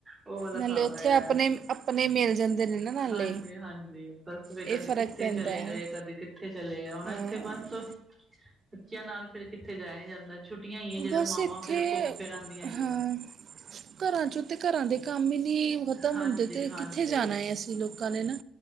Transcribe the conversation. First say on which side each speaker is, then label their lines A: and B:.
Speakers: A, on the right; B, on the right.
A: ਉਹ ਵਾਲਾ
B: ਨਾਲੇ
A: ਹਿਸਾਬ
B: ਉੱਥੇ
A: ਹੈਗਾ
B: ਆਪਣੇ-ਆਪਣੇ
A: ਹੈ।
B: ਮਿਲ ਜਾਂਦੇ ਨੇ ਨਾ ਨਾਲੇ
A: ਹਾਂਜੀ ਹਾਂਜੀ ਬਸ ਵੀ
B: ਇਹ
A: ਕਦੇ
B: ਫਰਕ
A: ਕਿੱਥੇ
B: ਪੈਂਦਾ
A: ਚਲੇ
B: ਹੈ
A: ਗਏ, ਕਦੇ ਕਿੱਥੇ ਚਲੇ ਗਏ ਹੁਣ
B: ਅ,
A: ਏਥੇ ਬਸ ਬੱਚੇਆਂ ਨਾਲ ਫਿਰ ਕਿੱਥੇ ਜਾਇਆ ਜਾਂਦਾ। ਛੁੱਟੀਆਂ ਈ ਜੇੜਾ
B: ਬਸ
A: ਮਾਵਾਂ
B: ਇੱਥੇ
A: ਫੇਰ ਘੁੰਮ ਫਿਰ ਆਂਦੀ ਹੈਗੀਆਂ।
B: ਹਾਂ ਘਰਾਂ ਚੋਂ ਤੇ ਘਰਾਂ ਦੇ ਕੰਮ ਹੀ ਨੀ ਖਤਮ
A: ਹਾਂਜੀ
B: ਹੁੰਦੇ ਤਾਂ
A: ਹਾਂਜੀ
B: ਕਿੱਥੇ ਜਾਣਾ ਹੈਏ ਅਸੀਂ ਲੋਕਾਂ ਨੇ ਨਾ